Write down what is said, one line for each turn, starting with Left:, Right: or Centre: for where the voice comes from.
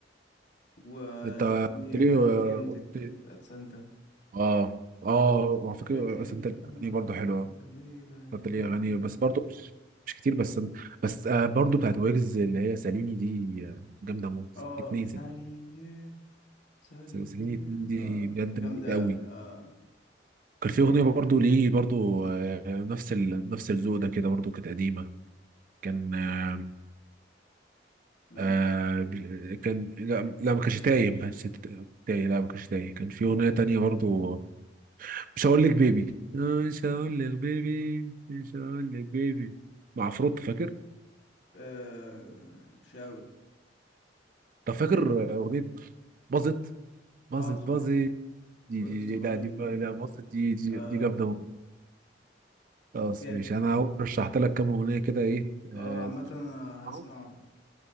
Left: وفي
Right: انت قلت لي
Left: عرفت
Right: آه،
Left: قيمتك
Right: قلت لي-
Left: بتاعت سانتا
Right: اه اه وعلى فكرة
Left: عرفت قيمتك
Right: بس انت الاغاني
Left: لما طارت
Right: برضه حلوة
Left: الغيبة
Right: انت
Left: ليلة
Right: ليه اغاني
Left: ورا
Right: بس
Left: ليلة
Right: برضه مش مش كتير بس بس آه برضه بتاعت ويجز اللي هي ساليني دي آه، جامدة موت
Left: اه
Right: اتنين
Left: ساليني
Right: ساليني
Left: ساليني
Right: سيرين اتنين دي
Left: اه
Right: بجد
Left: جامدة
Right: مليكة قوي
Left: أوي اه
Right: كان في اغنيه برضو ليه برضو آه، نفس ال... نفس الذوق ده كده برضو كانت قديمه كان آه،
Left: يعني
Right: آه، ب- كان لا لا ما كانش تايه ما كانش ت- تايه لا ما كانش تايه كان في اغنيه تانية برضو مش هقول لك بيبي مش هقول لك بيبي مش هقول لك بيبي مع فروت فاكر
Left: آه شاوي
Right: طب فاكر اغنيه باظت باظت
Left: اه طبعا
Right: باظت دي
Left: بس خالي
Right: لا دي لا باظت دي دي,
Left: اه
Right: دي جامده موت. خلاص
Left: جامد
Right: ماشي انا أهو رشحت لك كام اغنيه كده ايه آه،
Left: اه عامة أنا
Right: اهو
Left: هسمعهم